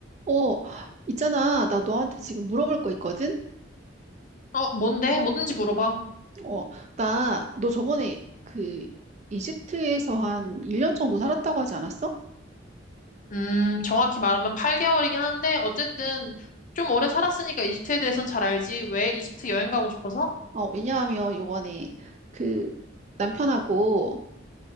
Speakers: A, on the right (about 35°); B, on the left (about 40°).
A: 어, 있잖아. 나 너한테 지금 물어볼 거 있거든?
B: 어, 뭔데? 뭐든지 물어봐.
A: 어, 나, 너 저번에 그 이집트에서 한 1년 정도 살았다고 하지 않았어?
B: 음, 정확히 말하면 8개월이긴 한데, 어쨌든 좀 오래 살았으니까 이집트에 대해서는 잘 알지. 왜 이집트 여행 가고 싶어서?
A: 어, 왜냐하면 요번에 그 남편하고